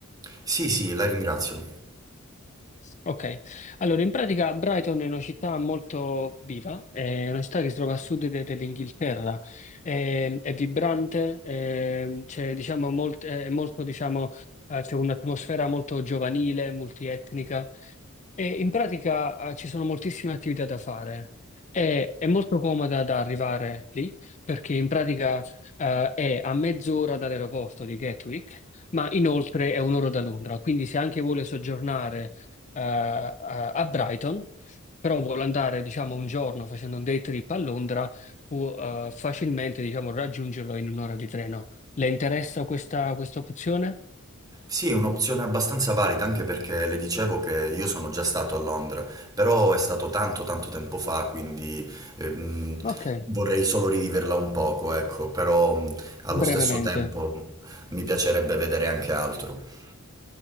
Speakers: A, on the right; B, on the left.
A: Sì, sì, la ringrazio.
B: Ok, allora in pratica Brighton è una città molto viva, è una città che si trova a sud de- dell'Inghilterra, è, è vibrante, è, c'è diciamo, molt- è molto, diciamo, eh, c'è un'atmosfera molto giovanile, multietnica. E in pratica, eh, ci sono moltissime attività da fare. E- È, molto comoda da arrivare lì perché in pratica, eh, è a mezz'ora dall'aeroporto di Gatwick, ma inoltre è un'ora da Londra. Quindi se anche vuole soggiornare eh, a a Brighton, però vuole andare, diciamo, un giorno facendo un day trip a Londra, può eh, facilmente, diciamo, raggiungerlo in un'ora di treno. Le interessa questa, questa opzione?
A: Sì, è un'opzione abbastanza valida anche perché le dicevo che io sono già stato a Londra, però è stato tanto tanto tempo fa, quindi ehm,
B: Ok,
A: vorrei solo riviverla un poco, ecco, però mh, allo
B: brevemente.
A: stesso tempo mi piacerebbe vedere anche altro.